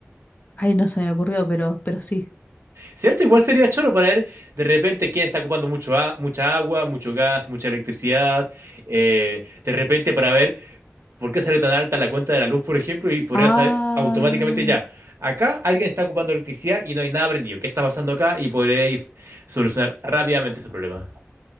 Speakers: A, on the left; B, on the right.
A: ay, no se me ocurrió, pero, pero sí.
B: ¿Cierto? Igual sería choro para ver de repente quién está ocupando mucho a- mucha agua, mucho gas, mucha electricidad. eh, de repente para ver por qué salió tan alta la cuenta de la luz, por ejemplo, y podría
A: Ah,
B: saber automáticamente ya, acá alguien está ocupando electricidad y no hay nada prendido. ¿Qué está pasando acá? Y podréis solucionar rápidamente ese problema.